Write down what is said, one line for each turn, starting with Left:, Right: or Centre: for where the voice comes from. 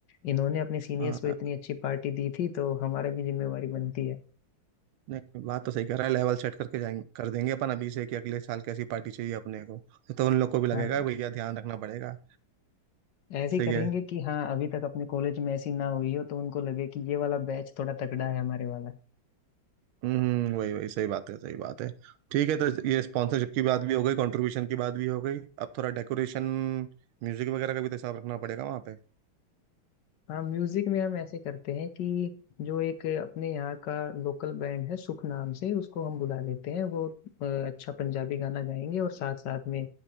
Left: इन्होंने अपने सीनियर्स
Right: हाँ
Left: को इतनी अच्छी पार्टी दी थी तो हमारा भी जिम्मेवारी बनती है
Right: नहीं बात तो सही कह रहा है लेवल सेट करके जाएंगे कर देंगे अपन अभी से कि अगले साल कैसी पार्टी चाहिए अपने को तो उन लोग को भी लगेगा
Left: हाँ
Right: भैया ध्यान रखना पड़ेगा
Left: ऐसे ही
Right: सही
Left: करेंगे
Right: है
Left: कि हाँ अभी तक अपने कॉलेज में ऐसी ना हुई हो तो उनको लगे कि ये वाला बैच थोड़ा तगड़ा है हमारे वाला
Right: हम्म वही वही सही बात है सही बात है ठीक है तो ये स्पॉन्सरशिप की बात भी हो गई कंट्रीब्यूशन की बात भी हो गई अब थोड़ा डेकोरेशन म्यूजिक वगैरह का भी तो हिसाब रखना पड़ेगा वहाँ पे
Left: हाँ म्यूजिक में हम ऐसे करते हैं कि जो एक अपने यहाँ का लोकल बैंड है सुख नाम से उसको हम बुला लेते हैं वो अ, अच्छा पंजाबी गाना गाएंगे और साथ साथ में